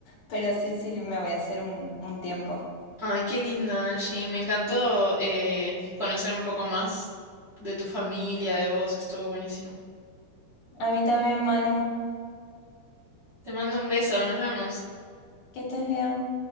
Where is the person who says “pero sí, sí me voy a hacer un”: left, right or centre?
Left